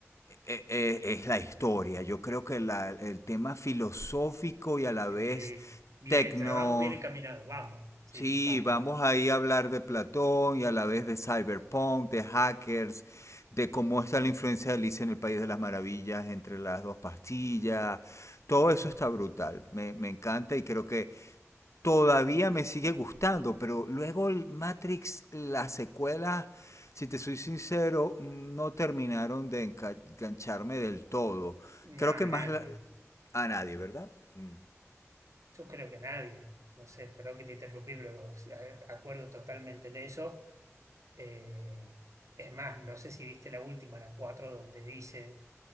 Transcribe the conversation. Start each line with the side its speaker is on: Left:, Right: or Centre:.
Left: eh, es la historia. Yo creo que la- el tema filosófico y a la
Right: sí.
Left: vez
Right: Bien,
Left: tecno.
Right: ya vamos bien encaminados, vamos, sí,
Left: Sí,
Right: vamos.
Left: vamos ahí a hablar de Platón y a la vez de cyberpunk, de hackers, de cómo está la influencia de Alicia en el País de las Maravillas entre las dos pastillas. Todo
Right: Mm,
Left: eso está brutal. Me, me encanta y creo que todavía me sigue gustando, pero luego el Matrix, las secuelas, si te soy sincero, no terminaron de engancharme del todo.
Right: Nada,
Left: Creo que más
Right: nadie.
Left: la- a nadie, ¿verdad? Mm.
Right: Yo creo que nadie, no sé, perdón que te interrumpí, pero o sea, acuerdo totalmente en eso. Eh, es más, no sé si viste la última, la 4 donde dice,